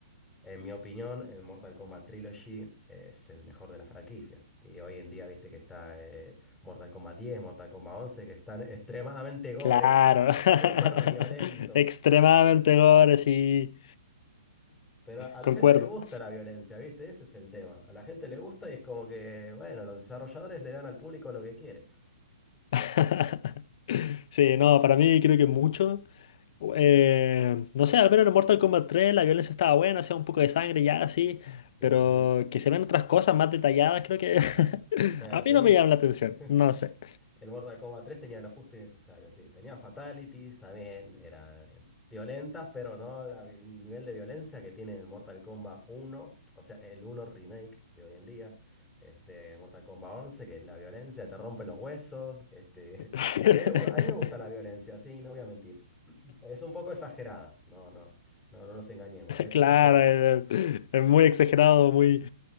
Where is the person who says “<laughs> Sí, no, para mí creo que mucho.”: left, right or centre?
Left